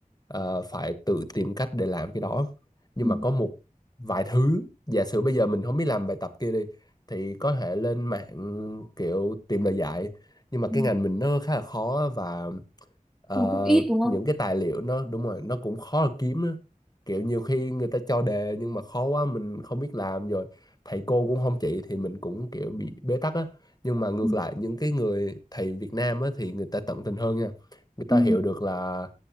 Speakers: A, on the left; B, in the centre.
A: ờ, phải tự tìm cách để làm cái đó nhưng
B: Ừ.
A: mà có một vài thứ giả sử bây giờ mình không biết làm bài tập kia đi thì có thể lên mạng kiểu tìm lời giải nhưng mà cái
B: Ừ.
A: ngành mình nó khá là khó và ờ,
B: Nó cũng ít đúng không?
A: những cái tài liệu nó đúng rồi nó cũng khó là kiếm á. kiểu nhiều khi người ta cho đề nhưng mà khó quá mình không biết làm rồi thầy cô cũng không chỉ thì mình cũng kiểu bị bế tắc á nhưng mà ngược
B: Ừ.
A: lại những cái người thầy Việt Nam á, thì người ta tận tình hơn nha người ta
B: Ừ.
A: hiểu được là